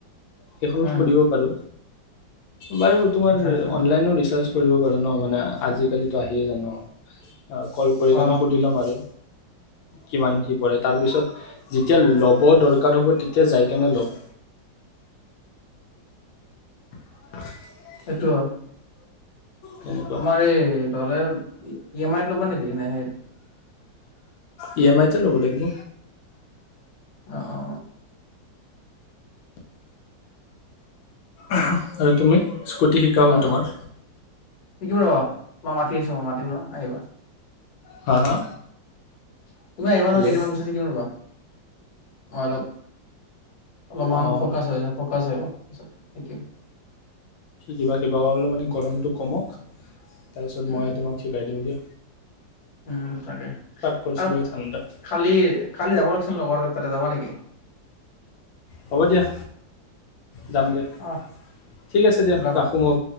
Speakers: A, on the left (about 85°); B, on the left (about 55°).
A: সেইখনতো
B: উম
A: কৰিব পাৰো বাৰু তোমাৰ
B: আচ্ছা আচ্ছা
A: অনলাইনৰ ৰিচাৰ্জটো কৰিব পাৰোঁ ন মানে আজিকালিতো আহিয়ে যাব কল কৰি
B: অ
A: কেনে সুধি লম আৰু কিমান কি পৰে তাৰপিছত যেতিয়া ল'ব দৰকাৰ হ'ব তেতিয়া যাই কেনে ল'ম <inaudible>
B: সেইটো হয়
A: তেনেকুৱা
B: তোমাৰ এই তলে ই এম আইত ল'বা নেকি ন সেইত
A: ই এম আইটে ল'বলে লাগিব
B: অ অ
A: আৰু তুমি স্কুটি শিকা
B: কোৱা
A: হ'ল তোমাৰ
B: শিকিম ৰব মই মাতি আছো মই মাতিম ন আহিবা
A: হা হা
B: অ <inaudible> তুমি আহিবা
A: হেল্ল'
B: ন কেইদিনমান পিছত শিকিম ৰ'বা মই অলপ অলপমান
A: অঁ
B: ফকাচ হৈ য ফকাচ হৈ লওক থেংকিউ
A: কিবা কিবা অলপ মানে গৰমটো কমক তাৰপিছত
B: উম
A: মই তোমাক শিকাই দিম দেই
B: উম তাকে
A: কৰিছিলোঁ
B: আৰু
A: এই ঠাণ্ডাত
B: খালি খালি যাব লাগিছিল লগৰ ত তাতে যাবা নেকি
A: হ'ব দিয়া যাম দিয়া
B: অ
A: ঠিক আছে দিয়া
B: ওলাবা
A: ৰাখোঁ মই